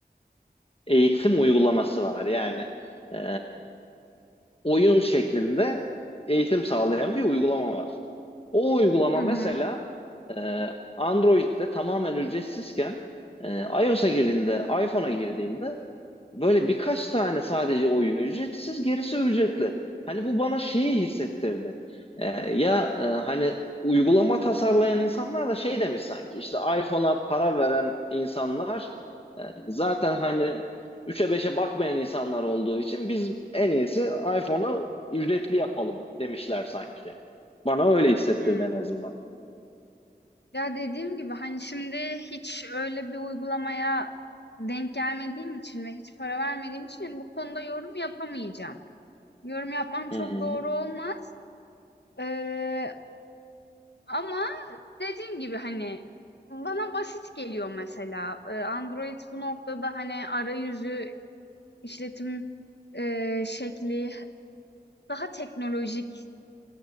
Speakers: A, on the left; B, on the left.
A: eğitim uygulaması var. Yani e, oyun şeklinde eğitim sağlayan bir uygulama var. O uygulama
B: Hı hı.
A: mesela e, Android'de tamamen ücretsizken e, iOS'a girdiğinde, iPhone'a girdiğinde Böyle birkaç tane sadece oyun ücretsiz, gerisi ücretli. Hani bu bana şeyi hissettirdi. Ee, ya e, hani uygulama tasarlayan insanlar da şey demiş sanki işte iPhone'a para veren insanlar e, zaten hani 3'e beşe bakmayan insanlar olduğu için biz en iyisi iPhone'a ücretli yapalım demişler sanki. Bana öyle hissettirdi
B: Hmm.
A: en azından.
B: Ya dediğim gibi hani şimdi hiç öyle bir uygulamaya denk gelmediğim için ve hiç para vermediğim için hani bu konuda yorum yapamayacağım. Yorum yapmam çok
A: Hı hı,
B: doğru olmaz. Ee, ama dediğim gibi hani bana basit geliyor mesela. Ee, Android bu noktada hani arayüzü, işletim e, şekli daha teknolojik